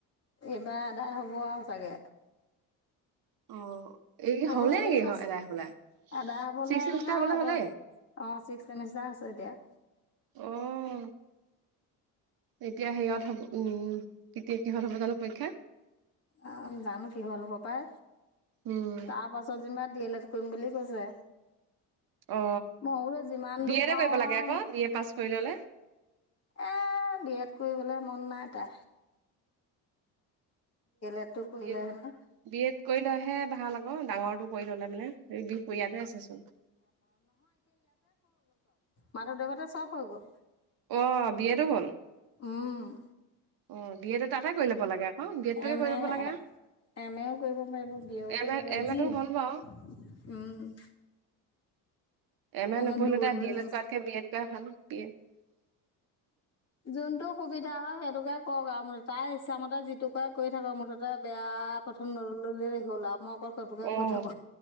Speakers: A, on the left; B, on the right.
A: এইবাৰ এদাই হ'ব আৰু চাগে।
B: অ এই
A: এইবোৰ
B: হ'লে
A: হেৰি
B: নেকি
A: কছে
B: এদাই হবলা
A: আদা হবলে
B: ছিক্স চেমিষ্টাৰ
A: মানে আৰু
B: হবলা
A: হাব
B: হ'লে
A: অ চিক্স চমষ্টাৰ <unintelligible>
B: অহ। এতিয়া শেহত হব উম কেতিয়া শেষত হ'ব জানো পৰীক্ষা?
A: অ জানো কিহৰ হ'ব পাই।
B: উম
A: তাৰ পাছত যেনিবা ডি এল এড কৰিম বুলি কৈছে।
B: অ
A: মই বোলো যিমান
B: বি
A: দূৰ
B: এডে
A: পাওঁ
B: কৰিব লাগে
A: আৰু,
B: আকৌ বি এ পাছ কৰি ললে
A: এ বি এড কৰিবলে মন নাই তাৰ। এডটো কৰিলে
B: বি এড
A: হেনো
B: বি এড কৰিলেহে ভাল আকৌ ডাঙৰটো কৰি ললে মানে, বিহপুৰীয়াতে আছেচোন।
A: মাধৱ দেৱতে চব হৈ গ'ল।
B: অহ বি এডো হল।
A: উম
B: অহ বি এড এ তাতে কৰি ল'ব লাগে। আকৌ বি এডটোকে
A: এম
B: কৰি ল'ব
A: এ -এম
B: লাগে
A: এও কৰিব পাৰিব বি এও
B: এম
A: কৰিব
B: এ
A: পাৰিব
B: এম এটো
A: যি
B: হ'ল বাৰু
A: উম।
B: এম এ
A: মানে
B: নপঢ়িলে
A: দূৰণিলৈ
B: তাই ডি এল
A: যাব
B: এ কৰাতকে বি এড কৰাই ভাল। <unintelligible>
A: যোনটো সুবিধা হয় সেইটোকে কওক আৰু <unintelligible> তাই ইচ্ছামতে যিটো কৰে কৰি থাকক মুঠতে বেয়া প্ৰথম নললে হ'ল আৰু মই অকল সেইটোকে
B: অ',
A: কৈ থাকো